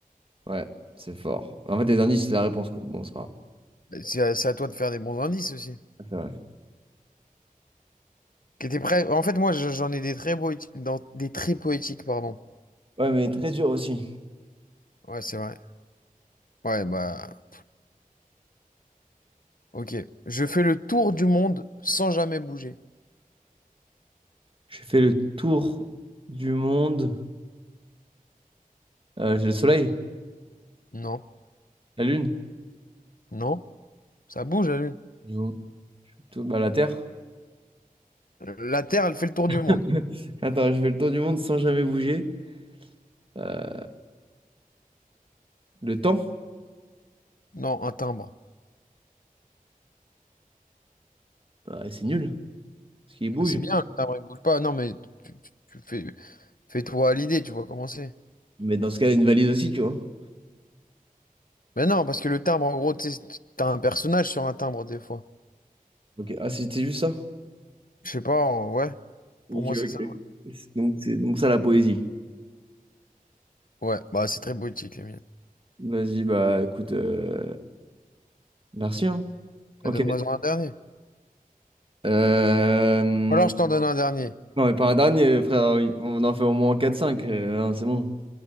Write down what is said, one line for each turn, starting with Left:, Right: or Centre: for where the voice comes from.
Right: Ouais, c'est fort. En fait, les indices, c'est la réponse, quoi. Bon, c'est pas
Left: Mais C'est à, c'est à toi de faire des bons indices aussi.
Right: grave.
Left: Qui était prêt? En fait, moi, je- j'en ai des très poétiques, dans des très poétiques, pardon.
Right: Ouais, mais très dur aussi.
Left: Ouais, c'est vrai. Ouais, bah, ok. Je fais le tour du monde sans jamais bouger.
Right: J'ai fait le tour du monde. Euh, j'ai le soleil,
Left: Non,
Right: la lune,
Left: non, ça bouge la Lune.
Right: Du coup. tout, bah, la terre.
Left: La Terre, elle fait le tour du
Right: <laughs>
Left: monde.
Right: Attends, j'ai fait le tour du monde sans jamais bouger. Euh, Le temps,
Left: Non, un timbre.
Right: bah, c'est nul, parce qu'il bouge.
Left: Ouais, C'est bien, le timbre, il bouge pas. Non, mais tu, tu- tu fais, fais-toi à l'idée, tu vois comment c'est.
Right: Mais dans ce cas, une valise aussi, tu vois.
Left: Mais non, parce que le timbre, en gros, tu sais, t'as un personnage sur un timbre des fois.
Right: Ok, ah, c'était juste ça.
Left: Je sais pas, en- ouais,
Right: Ok,
Left: pour moi c'est
Right: ok.
Left: ça.
Right: Donc, c'est donc ça la poésie.
Left: Ouais, bah c'est très boutique les miennes.
Right: Vas-y, bah écoute, euh, merci. hein. Ok.
Left: Mais Donne-moi un dernier.
Right: Euh,
Left: Ou alors je t'en donne un dernier.
Right: Non, mais pas un dernier, frère. On en fait au moins quatre cinq. euh, hein, c'est bon.